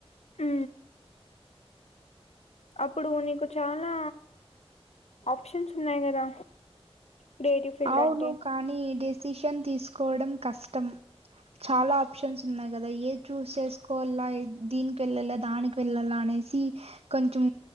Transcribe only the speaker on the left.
హ అప్పుడు నీకు చాలా ఆప్షన్స్ ఉన్నాయి్ కదా క్రియేటివ్ ఫీల్డ్
అంటే